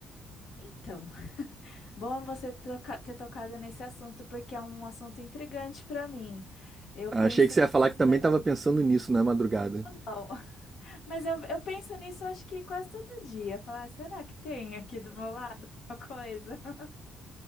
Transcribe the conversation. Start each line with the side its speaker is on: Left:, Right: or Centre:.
Left: Então, <laughs> bom você toca- ter tocado nesse assunto, porque é um assunto intrigante para mim. Eu
Right: Achei
Left: penso
Right: que você ia falar que também
Left: bastante.
Right: tava pensando nisso na madrugada.
Left: ou Não, <laughs> mas eu, eu penso nisso acho que quase todo dia. Falar, "Ah, será que tem aqui do meu lado uma coisa? <laughs>